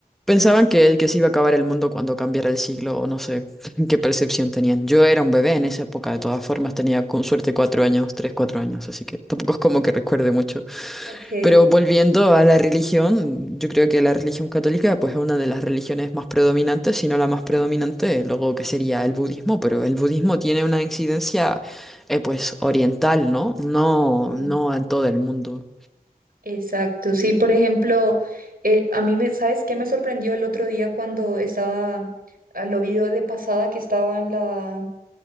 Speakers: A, in the centre; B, on the right.
A: Pensaban que, que se iba a acabar el mundo cuando cambiara el siglo, o no sé <laughs> qué percepción tenían. Yo era un bebé en esa época, de todas formas, tenía con suerte cuatro años, tres, cuatro años, así que tampoco es como que recuerde mucho.
B: Ok.
A: Pero volviendo a la religión, yo creo que la religión católica pues, es una de las religiones más predominantes, si no la más predominante, luego que sería el budismo, pero el budismo tiene una incidencia eh, pues oriental, ¿no? No,
B: Sí.
A: no en todo el mundo.
B: Exacto. Sí, por ejemplo, eh, a mí me, ¿sabes qué me sorprendió el otro día cuando estaba, ah, lo vi de pasada que estaba en la